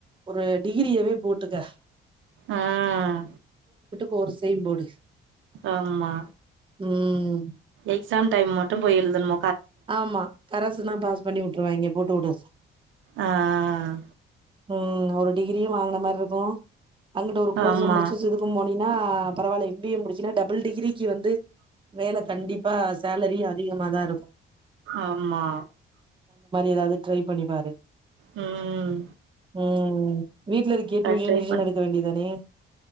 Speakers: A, on the right; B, on the right.
A: ஒரு எ டிகிரியவே போட்டுக்க
B: ஆஹ்
A: கோர்ஸ் செய்யும் போடு
B: ஆமா
A: உம்
B: எக்ஸாம் டைம் மட்டும் போய் யெழுதனும்
A: ஆமா கரசசு தான் பாஸ் பண்ணி விட்டுருவாங்க போட்டு விட
B: ஆஹ்
A: உஹம் ஒரு டிகிரியும் வாங்கின மாதிரி இருக்கும் அங்கிட்ட ஒரு கோரரசம்
B: ஆமா
A: முடிச்சு சிதுக்கும் போன அப்படனா பரவாயில்ல எம்பிஏ முடிச்சுன்னா டபுள் டிகிரிக்கு வந்து வேல கண்டிப்பா சேலரி அதிகம தான் இருக்கும்
B: ஆமா
A: ஏதாவது ட்ரை பண்ணிப்பாரு
B: ம்
A: ம் வீட்ல இருக்கியே
B: நான்
A: டியூஷன்
B: ட்ரை
A: கியூஷன்
B: பண்
A: எடுக்க வேண்டியதானே